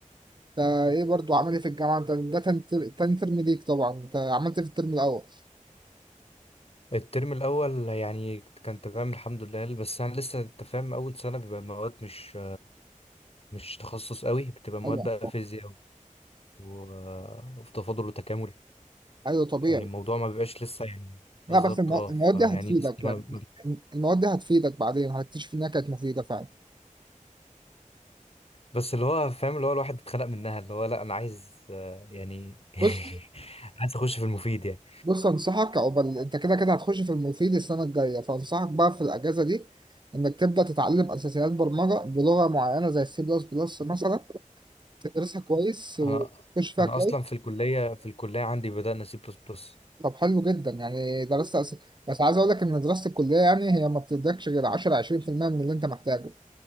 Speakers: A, on the right (about 35°); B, on the left (about 45°).
A: ايه برضو عامل ايه في الجامعة انت ده تاني تر- تاني ترم ليك طبعا انت عملت إيه في الترم الأول
B: الترم الاول يعني كان تمام الحمد لله بس انا لسه انت فاهم اول سنه بيبقى المواد مش مش تخصص قوي بتبقى مواد
A: أيوة
B: بقى فيزياء و- وفي تفاضل وتكامل
A: أيوة طبيعي
B: يعني الموضوع ما بيبقاش لسه يعني
A: لا
B: بالظبط
A: بس المو-
B: اه
A: المواد
B: فيعني
A: دي هتفيدك
B: لسه
A: يعني
B: ما
A: المواد دي هتفيدك بعدين هتكتشف انها كانت مفيدة فعلا
B: بس اللي هو فاهم اللي هو الواحد اتخلق منها اللي هو لا انا عايز آه، يعني
A: بص
B: <laughs> عايز اخش في المفيد يعني
A: بص انصحك عقبال انت كده كده هتخش في المفيد السنة الجاية فانصحك بقى في الاجازة دي انك تبدأ تتعلم اساسيات برمجة بلغة معينة زي السي بلس بلس مثلا تدرسها كويس وتخش
B: انا
A: فيها
B: انا
A: كويس
B: اصلا في الكليه في الكليه عندي بدأنا سي بلس بلس
A: طب حلو جدا يعني درست أس... بس عايز اقول لك ان دراسة الكلية يعني هي ما بتدكش غير 10 20% من اللي انت محتاجه